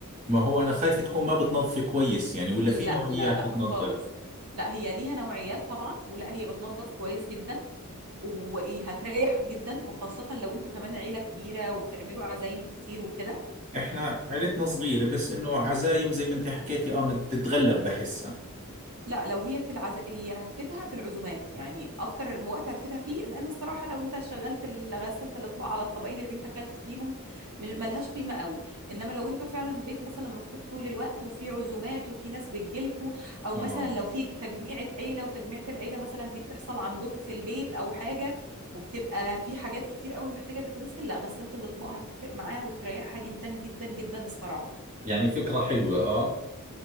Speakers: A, on the right; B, on the right.
A: ما هو أنا خايف تكون ما بتنظف كويس يعني ولا في
B: لا
A: نوعيات
B: لا لا
A: بتنظف
B: خالص لا هي ليها نوعيات طبعا ولا هي بتنظف كويس جدا وايه هتريح جدا وخاصة لو انتوا كمان عيلة كبيرة وبتعملوا عزايم كتير وكده
A: إحنا عيلتنا صغيرة بس إنه عزايم زي ما أنت حكيتي آه بنت- بتتغلب بحسها
B: لا لو هي في العز... هي هتفيدها في العزومات يعني اكتر وقت هتفيدها فيه لان الصراحه لو انت شغلت ال- غسلت الاطباق على الطبقين اللي انت اكلت فيهم م- ملهاش قيمه قوي انما لو انتوا فعلا بيت مثلا مفتوح طول الوقت وفي عزومات وفي ناس بتجيلكوا او
A: آه
B: مثلا لو في تجميعه عيله وتجميعه العيله مثلا دي بتحصل عندكم في البيت او حاجه وبتبقى في حاجات كتير قوي محتاجه تتغسل لا غسلت الاطباق هتفرق معاها وتريحها جدا جدا جدا الصراحه
A: يعني فكرة حلوة آه